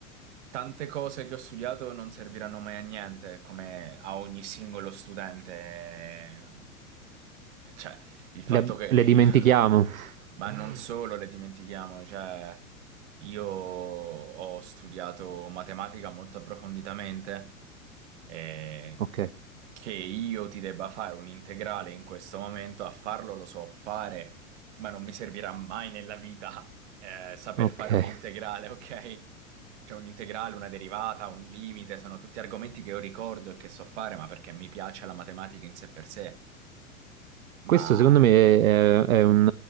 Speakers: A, on the right; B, on the right.
A: tante cose che ho studiato non serviranno mai a niente, come a ogni singolo studente. Cioè, il fatto
B: Le,
A: che
B: le dimentichiamo.
A: <laughs> io...
B: <laughs>
A: Ma non solo le dimentichiamo, cioè, io ho studiato matematica molto approfonditamente eh,
B: Ok,
A: che io ti debba fare un integrale in questo momento, a farlo lo so fare, ma non mi servirà mai nella vita eh, saper
B: ok.
A: fare un integrale, <laughs> ok? Cioè un integrale, una derivata, un limite, sono tutti argomenti che io ricordo e che so fare, ma perché mi piace la matematica in sé per sé.
B: Questo
A: Ma...
B: secondo me è, è un,